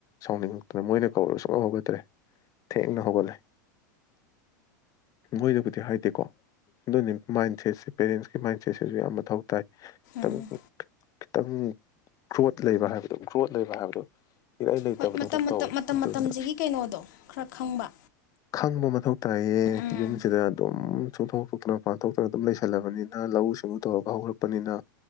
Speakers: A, on the left (about 35°); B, on the left (about 65°).
A: ꯁꯥꯎꯅꯤꯡꯉꯛꯇꯅ ꯃꯣꯏꯅ ꯀꯧꯔꯒ ꯁꯨꯡꯍꯧ ꯍꯧꯒꯠꯇ꯭ꯔꯦ ꯊꯦꯡꯅ ꯍꯧꯒꯠꯂꯦ꯫ ꯃꯣꯏꯅꯕꯨꯗꯤ ꯍꯥꯏꯗꯦꯀꯣ ꯑꯗꯨꯅꯤ ꯃꯥꯏꯟꯁꯦꯠꯁꯦ ꯄꯦꯔꯦꯟꯁꯀꯤ ꯃꯥꯏꯟꯁꯦꯠꯁꯤꯁꯨ ꯌꯥꯝ ꯃꯊꯧ ꯇꯥꯏ꯫ ꯇꯪ
B: ꯎꯝ
A: ꯈꯤꯇꯪ ꯒ꯭ꯔꯣꯠ ꯂꯩꯕ ꯍꯥꯏꯕꯗꯣ ꯒ꯭ꯔꯣꯠ ꯂꯩꯕ ꯍꯥꯏꯕꯗꯣ ꯏꯔꯥꯏ ꯂꯩꯇꯕꯗꯧꯅ
B: ꯍꯣꯏ ꯃꯇꯝ ꯃꯇꯝ
A: ꯇꯧꯋꯦ
B: ꯃꯇꯝ
A: ꯑꯗꯨꯅ
B: ꯃꯇꯝꯁꯤꯒꯤ ꯀꯩꯅꯣꯗꯣ ꯈꯔ ꯈꯪꯕ
A: ꯈꯪꯕ ꯃꯊꯧ ꯇꯥꯏꯌꯦ꯫
B: ꯎꯝ
A: ꯅ ꯑꯗꯨꯝ ꯆꯣꯡꯊꯣꯛ ꯊꯣꯛꯇꯅ ꯄꯥꯡꯊꯣꯛꯇꯅ ꯑꯗꯨꯝ ꯂꯩꯁꯜꯂꯕꯅꯤꯅ ꯂꯧꯎ ꯁꯤꯡꯎ ꯇꯧꯔꯒ ꯍꯧꯔꯛꯄꯅꯤꯅ